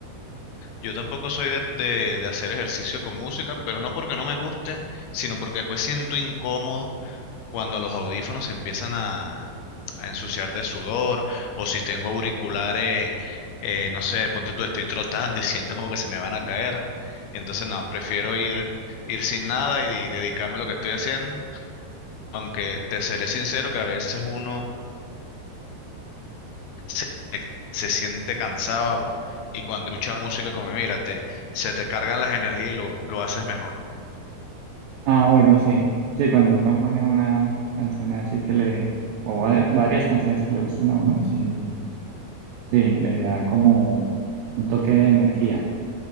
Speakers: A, on the left; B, on the right.
A: Yo tampoco soy de, de- de hacer ejercicio con música, pero no porque no me guste, sino porque después siento incómodo cuando los audífonos se empiezan a, a ensuciar de sudor o si tengo auriculares, eh, no sé, ponte tú, estoy trotando y siento como que se me van a caer. Y entonces no, prefiero ir, ir sin nada y dedicarme a lo que estoy haciendo. Aunque te seré sincero que a veces uno se, se siente cansado y cuando escucha música como mira, te, se te cargan las energías y lo, lo haces mejor.
B: Ah, bueno, sí. Sí, cuando uno pone una canción así que le, o va- varias canciones que le gusten a uno, sí, sí, le da como un toque de energía.